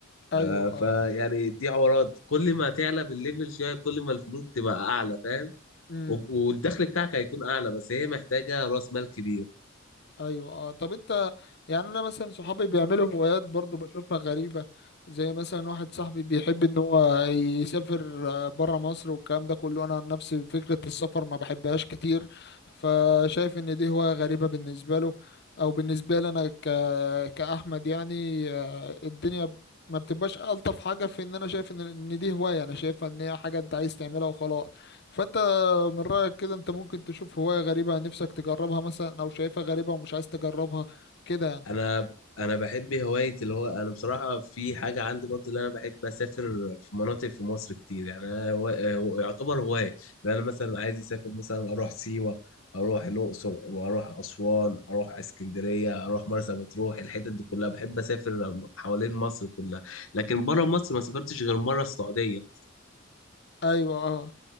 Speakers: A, on the left; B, on the left.
A: ايوه
B: آه فيعني
A: اه
B: دي حوارات كل ما تعلى بالليفل شويه كل ما الفلوس تبقى اعلى فاهم
A: امم
B: و- والدخل بتاعك هيكون اعلى بس هي محتاجه راس مال كبير
A: ايوه اه طب انت يعني انا مثلا صحابي بيعملوا هوايات برضو بشوفها غريبة زي مثلا واحد صاحبي بيحب ان هو يسافر بره مصر والكلام ده كله انا عن نفسي فكرة السفر ما بحبهاش كتير فشايف ان دي هواية غريبة بالنسبة له او بالنسبة لي انا ك... كأحمد يعني آه، الدنيا ب- ما بتبقاش ألطف حاجة في ان انا شايف ان إن دي هواية انا شايفها ان هي حاجة انت عايز تعملها وخلاص فانت من رأيك كده انت ممكن تشوف هواية غريبة نفسك تجربها مثلا او شايفها غريبة ومش عايز تجربها كده يعني
B: انا انا بحب هوايه اللي هو انا بصراحه في حاجه عندي برضه اللي انا بحب اسافر في مناطق في مصر كتير يعني أنا هو... هو- يعتبر هوايه لان انا مثلا عايز اسافر مثلا اروح سيوه اروح الاقصر واروح اسوان اروح اسكندريه اروح مرسى مطروح الحتت دي كلها بحب اسافر حوالين مصر كلها لكن بره مصر ما سافرتش غير مره السعوديه
A: ايوه اه